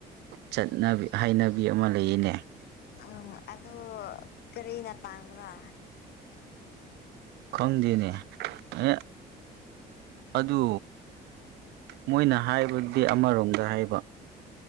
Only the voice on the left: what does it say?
ꯎꯝ ꯑꯗꯨ ꯀꯔꯤꯅ ꯇꯥꯡꯕ꯭ꯔꯥ